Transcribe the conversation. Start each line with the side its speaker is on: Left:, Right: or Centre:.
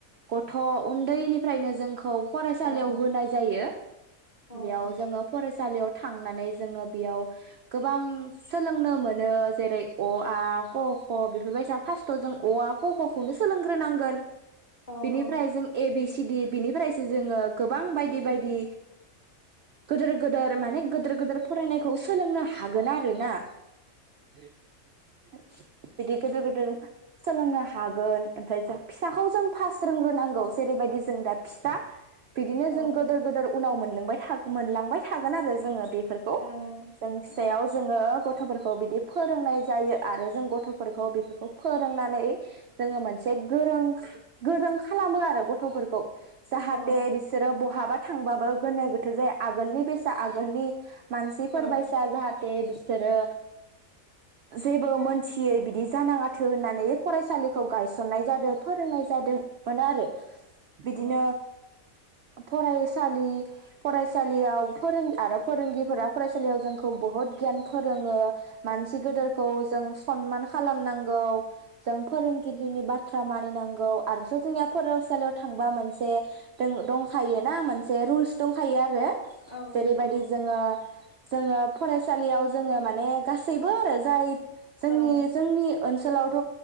Right: गथ उन्दैनिफ्रायनो जोंखौ फरायसालियाव
Left: औ उम
Right: होनाय जायो
Left: उम
Right: बेयाव जोङो फरायसा सालियाव थांनानै जोङो बेयाव गोबां सोलोंनो मोन नो जेरै अ आ क ख बेफोरबायसा फास्तआवजों अ आ ख खौनो सोलोंग्रोनांगोन।
Left: औ
Right: बिनिफ्रायजों
Left: औ
Right: ए बिस बिनिफ्रायसो जोङो गोबां बायदि बायदि गोदोर गोदोर माने गोदोर गोदोर फरायनायखौ सोलोंनो हागोन आरोना। <unintelligible> बिदि गोदोर गोदोर सोलोंनो हागोन ओमफाय जों फिसाखौ जों फासत रोंग्रोनांगौ। जेरैबायदि जो जोंदा फिसा बिदिनो
Left: औ
Right: जों गोदोर गोदोर उनाव मोनलोंबाय मोनलांबायथागोन आरोजोङो बे फोरखौ
Left: औ ओ
Right: जों फिसायाव
Left: औ
Right: जोङो गथ गथफोरखौ बिदिब फोरोंनाय जायो आरो जों गथफोरखौ बेफोरखौ फोरोंनानै जोङो मोनसे गोरों खा गोरों खालामो आरो गथ गथफोरखौ जाहाथे
Left: उम
Right: बिसोरो बहाबा थांबाबो गोनोगोथोजाया आगोलनिबेसा आगोलनि मानसिफोरबायसा
Left: औ
Right: जाहथ बे बिसोरो जेबोमोनथियै बिदि जानाङाथो होननानै। फरायसालिखौ गायसननाय जादो। फोरोंनाय जादों। मोनाआरो बिदिनो
Left: औ
Right: फरायसालि फरायसालियाव फोरों आरो फोरोंगिफोरा फरायसालियाव जोंखौ बहुत गियान फोरोङो। मानसि गिदोरखौ जों स हनमान खालामनांगौ। जों फोरोंगिरिनि बाथ थ्रा मानिनांगौ आरोथ जोंनिया फरासालियाव थांबा मोनसे बे दों दंखोना मोन जे रुलस दंखायोआरो
Left: ओ औ
Right: जेरैबायदि
Left: दङ
Right: जोङो जोङो फरायसालियाव जोङो माने गासैबोआरो जाय जोंनि
Left: औ
Right: जोंनि ओनसोलावथ